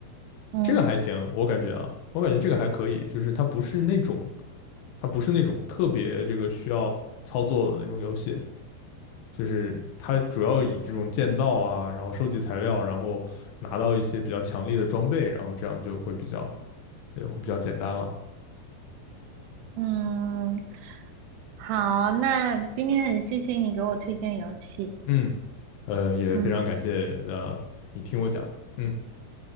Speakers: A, on the right; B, on the left.
A: 嗯
B: 这个还行，我感觉啊，我感觉这个还可以，就是它不是那种，它不是那种特别这个需要操作的那种游戏，就是它主要以这种建造啊，然后收集材料，然后拿到一些比较强力的装备，然后这样就会比较，呃，会比较简单了。
A: 嗯，好，那今天很谢谢你给我推荐游戏。
B: 嗯，呃，也非常感谢呃你听我讲，
A: 嗯
B: 嗯，